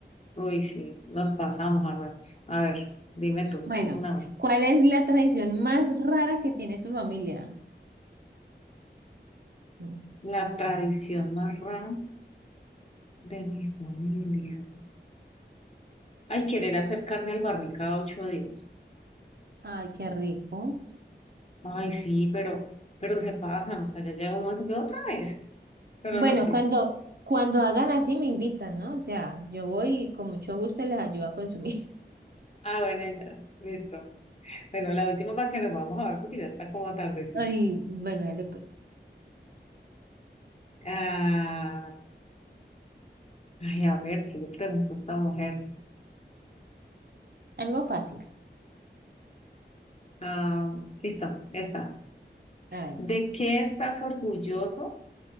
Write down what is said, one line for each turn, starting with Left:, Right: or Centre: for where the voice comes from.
Left: Uy, sí, nos pasamos a ratos. A ver, dime tú,
Right: Bueno,
Left: una más.
Right: ¿cuál es la tradición más rara que tiene tu familia? Mm.
Left: La tradición más rara de mi familia. Ay, querer hacer carne al barril cada ocho días.
Right: Ay, qué rico.
Left: Ay, sí, pero, pero se pasan, o sea, ya llega un momento que otra vez. Pero
Right: Bueno,
Left: no, sí,
Right: cuando,
Left: sí.
Right: cuando hagan así me invitan, ¿no? O sea, yo voy y con mucho gusto les ayudo a consumir.
Left: Ah, bueno, ya, listo. Bueno, la última para que nos vamos a ver porque ya está como tardecito.
Right: <laughs> Ay, bueno, dale pues.
Left: Ah, ay, a ver, ¿qué le pregunto a esta mujer?
Right: Algo fácil.
Left: Ah, listo, esta.
Right: A ver,
Left: ¿De qué estás orgulloso,